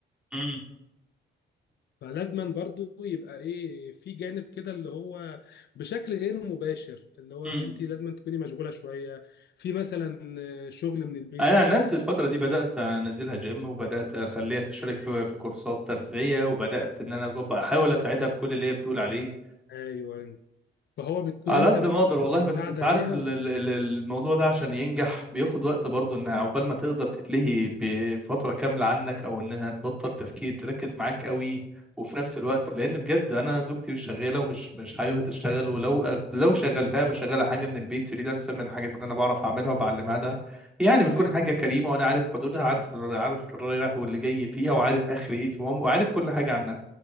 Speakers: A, in the centre; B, on the left.
A: مم.
B: فلازما برضو يبقى ايه في جانب كده اللي هو بشكل غير مباشر اللي هو
A: مم.
B: انت لازما تكوني مشغوله شويه في مثلا شغل من البيت
A: انا
B: مثلا
A: عن نفسي الفتره دي بدات انزلها جيم وبدات اخليها تشترك في في كورسات تغذيه وبدات ان انا اظبط
B: بالظبط
A: احاول اساعدها في كل اللي هي بتقول عليه
B: ايوه فهو بتكون
A: على
B: انت
A: قد
B: بتقدم
A: ما اقدر والله
B: مساعده
A: بس انت عارف
B: ليها
A: ال-
B: وليك
A: ال- ال- الموضوع ده عشان ينجح بياخد وقت برضه ان عقبال ما تقدر تتلهي بفتره كامله عنك او انها تبطل تفكير تركز معاك قوي وفي نفس الوقت لان بجد انا زوجتي مش شغاله ومش مش حاببها تشتغل ولو لو شغلتها
B: مم.
A: بشغلها حاجه من البيت فريلانسر من الحاجات اللي انا بعرف اعملها وبعلمها لها يعني بتكون
B: ايوه
A: حاجه كريمه وانا عارف حدودها عارف عارف الرايح واللي جاي فيها وعارف اخر ايه فيهم وعارف كل حاجه عنها